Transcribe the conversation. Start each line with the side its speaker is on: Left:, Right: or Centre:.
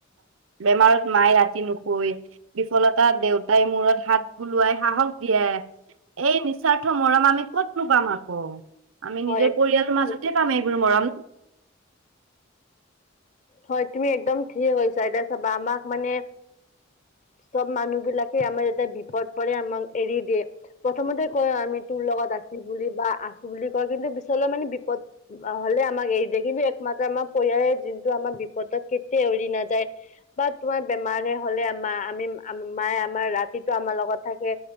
Right: বেমাৰত মায়ে ৰাতি নুশুয়ে বিফলতা দেউতাই মূৰত হাত বুলোৱাই সাহস দিয়ে এই নিস্বাৰ্থ মৰম আমি ক'ত নো পাম আকৌ আমি নিজৰ
Left: হয় একদম
Right: পৰিয়ালৰ মাজতে পাম এইবোৰ মৰম
Left: হয় তুমি একদম ঠিকে কৈছা এতিয়া চাবা আমাক মানে চব মানুহ বিলাকে আমাৰ এটা বিপদ পৰে আমাক এৰি দিয়ে প্ৰথমতে কয় আমি তোৰ লগত আছি বুলি বা আছোঁ বুলি কিন্তু পিছলৈ মানে বিপদ হ'লে আমাক এৰি দিয়ে কিন্তু একমাত্ৰ আমাৰ পৰিয়ালে যোনটো আমাৰ বিপদ কেতিয়া উৰি নাযায় বা তোমাৰ বেমাৰহে হ'লে মা আমি মায়ে আমাৰ ৰাতিটো আমাৰ লগত থাকে